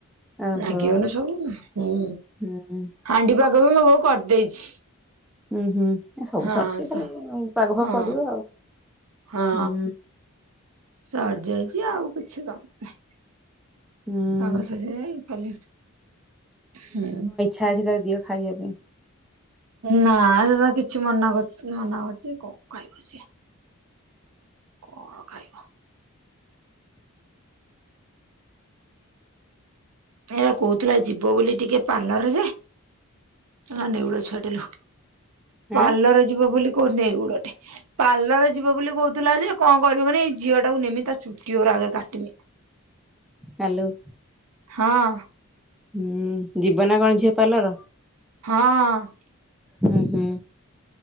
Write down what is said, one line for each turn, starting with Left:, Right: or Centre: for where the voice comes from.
Centre: ଓହୋ
Right: ନାଗିବନି ସବୁ ହୁଁ,
Centre: ହୁଁ
Right: ହାଣ୍ଡି ପାଗ ବି ମୋ ବୋଉ କରିଦେଇଛି।
Centre: ଉଁ ହୁଁ ଏ ସବୁ
Right: ହଁ
Centre: ସରିଛି
Right: ସ
Centre: ଖାଲି ପାଗ ଫାଗ
Right: ହଁ
Centre: କରିବ ଆଉ ହୁଁ।
Right: ହଁ ସରିଯାଇଛି ଆଉ କିଛି କାମ ନାହିଁ।
Centre: ହୁଁ
Right: କାମ ସରିଯାଇ କାଲି ହୁଁ।
Centre: ଯା ଅଛି ତାକୁ ଦିଅ ଖାଇବା ପାଇଁ।
Right: ନା ଏ କିଛି ମନା କରୁଛି ମନା କରୁଛି କଣ ଖାଇବ ସିଏ। କଣ ଖାଇବ? <inaudible> କହୁଥିଲା ଯିବ ବୋଲି ଟିକେ ପାର୍ଲର ଯେ ଅନା ନେଉଳ ଛୁଆଟେ ଲୋ, ପାର୍ଲର
Centre: ଆଁ
Right: ଯିବ ବୋଲି, କୋଉ ନେଉଳଟେ। ପାର୍ଲର ଯିବ ବୋଲି କହୁଥିଲା ଯେ କଣ କରିବ ମାନେ ଏଇ ଝିଅଟାକୁ ନେମି ତା ଚୁଟି ଗୁରା ଆଗେ କାଟିମି।
Centre: ହାଲୋ।
Right: ହଁ।
Centre: ହୁଁ ଯିବ ନା କଣ ଝିଅ ପାର୍ଲର?
Right: ହଁ।
Centre: ଉଁ ହୁଁ।